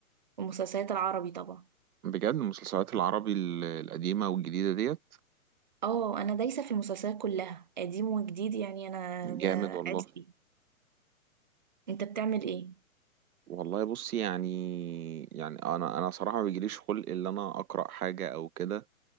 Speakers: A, on the right; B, on the right.
A: المسلسلات العربي طبعا
B: بجد المسلسلات العربي ال- القديمه والجديده ديت
A: اه أنا دايسة في المسلسلات كلها قديم وجديد يعني أنا
B: جامد
A: ده
B: والله
A: عشقي أنت بتعمل إيه؟
B: والله بصي يعني يعني انا انا صراحه ما بيجيليش خلق ان انا اقرا حاجه او كده